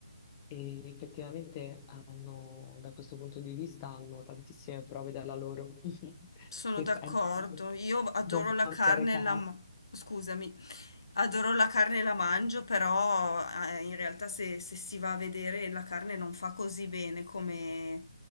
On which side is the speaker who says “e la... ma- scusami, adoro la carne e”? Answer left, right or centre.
Left